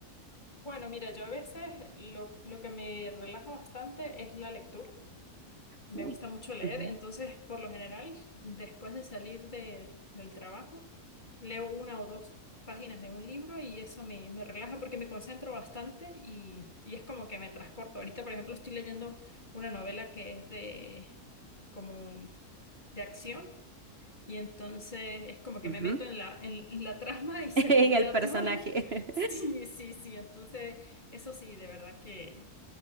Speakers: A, on the left; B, on the right.
A: Bueno, mira, yo a veces lo, lo que me relaja bastante es la lectura. Me
B: Uy.
A: gusta mucho leer,
B: Ujú,
A: entonces por lo general, después de salir de, del trabajo, leo una o dos páginas de un libro y eso me, me relaja porque me concentro bastante y, y es como que me transporto. Ahorita, por ejemplo, estoy leyendo una novela que es de como de acción y entonces es como que
B: ujú.
A: me meto en la, en la trama
B: <laughs>
A: y se
B: En
A: me olvida
B: el personaje.
A: todo. <laughs> Sí, sí, sí, entonces eso sí, de verdad que,